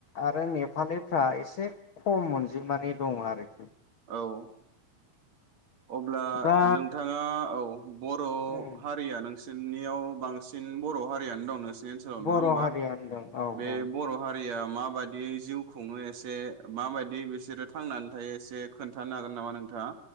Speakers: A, on the left; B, on the right.
A: आरो नेपालिफ्रा एसे खम अनजिमानि दं आरोखि।
B: औ। अब्ला
A: दा
B: नोंथाङा औ बर'
A: उम
B: हारिया नोंसोर जोंनियाव बांसिन बर' हारियानो दं नोसि ओनसोलाव नङा
A: बर'
B: हमबा
A: हारिया होनदों औ
B: बे
A: औ
B: बर' हारि हारिया माबायदि जिउ खुङो एसे माबायदि बिसोरो थांनानै थायो एसे खोन्थानो हागोन नामा नोंथाङा?